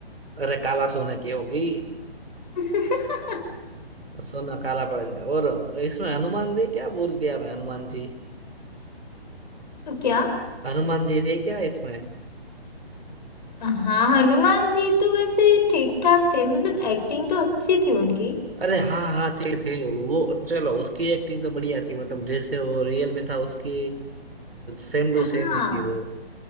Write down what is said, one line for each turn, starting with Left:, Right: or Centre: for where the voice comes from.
Right: अरे काला सोने की होगी
Left: <laughs>
Right: सोना काला पड़ गया और इसमें हनुमान जी क्या भूल गया मैं हनुमान जी
Left: तो क्या
Right: हनुमान जी थे क्या इसमें
Left: हाँ हनुमान जी तो वैसे ठीक ठाक थे मतलब एक्टिंग तो अच्छी थी उनकी
Right: अरे हाँ हाँ थे थे वो चलो उसकी एक्टिंग तो बढ़िया थी मतलब जैसे वो रियल में था उसकी सेम टू
Left: हाँ
Right: सेम ही थी वो